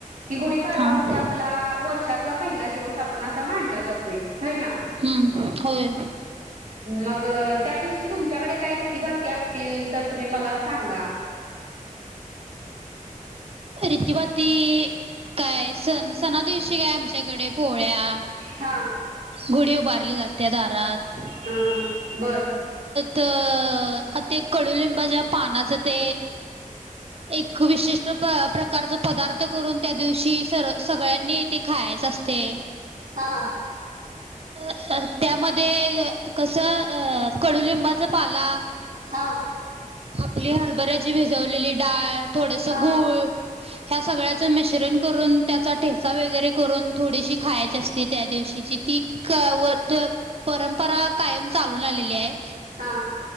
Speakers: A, on the right; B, on the right.
A: कि गुढीपडवा
B: हां
A: म्हणजे आपला वर्षातला पहिला दिवस आपण असा मानला जातोय है ना
B: हम्म होय
A: मग त्या दिवशी तुमच्याकडे काय रीती भाती असतील तर तुम्ही मला सांगा
B: रितीभाती काय सण सणा दिवशी काय आमच्याकडे पोळ्या
A: हा
B: गुडी उभारली जाते दारात
A: हां हां बरं
B: तर आ ते कडुलिंबा ज्या पानाच ते एक विशिष्ट प्रकारचा पदार्थ करून त्या दिवशी स सगळ्यांनी ते खायच असते.
A: हा
B: अ त्यामध्ये कस कडुलिंबाच पाला
A: हा
B: आपली हरभऱ्याची भिजवलेली डाळ थोडस गूळ
A: हा हा
B: ह्या सगळ्याच मी मिश्रण करून त्याचा ठेचा वगैरे करून थोडीशी खायची असती त्या दिवशी जी ती व परंपरा कायम चालून आलेली आहे.
A: हा